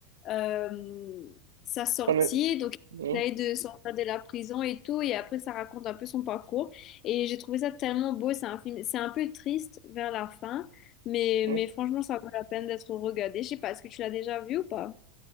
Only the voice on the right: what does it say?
On est-
ouais,
ouais.